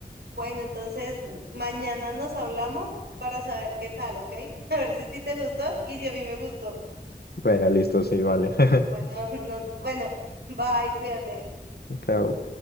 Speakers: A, on the right (about 85°); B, on the left (about 75°).
A: Bueno, entonces mañana nos hablamos para saber qué tal, ¿ok? <laughs> A ver si a ti te gustó y si a mí me gustó.
B: Bueno, listo, sí, vale. <laughs>
A: Bueno, <laughs> nos, bueno, bye, cuídate.
B: Claro,